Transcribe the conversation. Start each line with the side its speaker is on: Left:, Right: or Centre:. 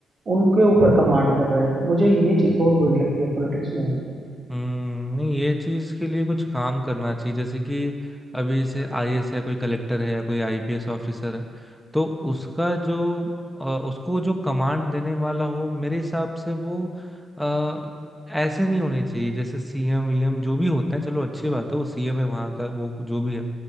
Right: उनके ऊपर कमांड कर रहा है मुझे ये चीज बहुत बुरी लगती है पॉलिटिक्स में
Centre: हम्म, नहीं ये चीज के लिए कुछ काम करना चाहिए जैसे कि अभी जैसे आईएएस है कोई कलेक्टर है या कोई आईपीएस ऑफिसर है तो उसका जो अ, उसको जो कमांड देने वाला हो मेरे हिसाब से वो आ, ऐसे नहीं होने चाहिए जैसे सीएम वीएम जो भी होते हैं चलो अच्छी बात है वो सीएम है वहां का वो जो भी है